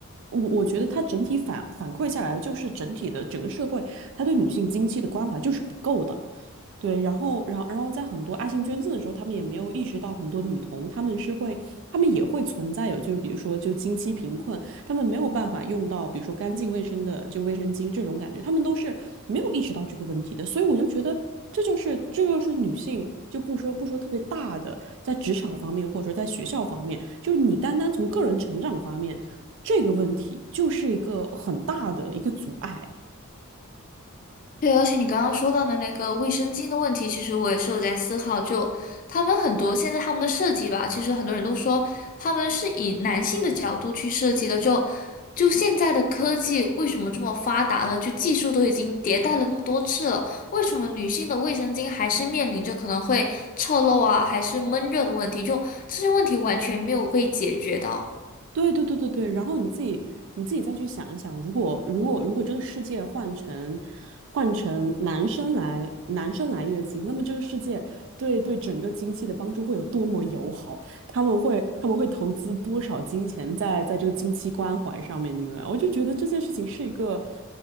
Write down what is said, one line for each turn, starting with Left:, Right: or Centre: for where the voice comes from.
Right: 我我觉得它整体反反馈下来的就是整体的整个社会，它对女性经期的关怀就是不够的。对，然后，然后，然后在很多爱心捐赠的时候，他们也没有意识到很多女童，他们是会，他们也会存在有，就是比如说就经期贫困，他们没有办法用到，比如说干净卫生的就卫生巾这种感觉，他们都是没有意识到这个问题的，所以我就觉得这就是这就是女性，就不说不说特别大的，在职场方面或者说在学校方面，就是你单单从个人成长方面，这个问题就是一个很大的一个阻碍。
Left: 对，而且你刚刚说到的那个卫生巾的问题，其实我也是有在思考。就他们很多现在他们的设计吧，其实很多人都说他们是以男性的角度去设计的。就就现在的科技为什么这么发达了？就技术都已经迭代了那么多次了，为什么女性的卫生巾还是面临着可能会侧漏啊，还是闷热的问题？就这些问题完全没有被解决到。
Right: 对对对对对，然后你自己你自己再去想一想，如果如果如果这个世界换成换成男生来男生来月经，那么这个世界对对整个经济的帮助会有多么友好？他们会他们会投资多少金钱在在这个经期关怀上面？你明白吗我就觉得这件事情是一个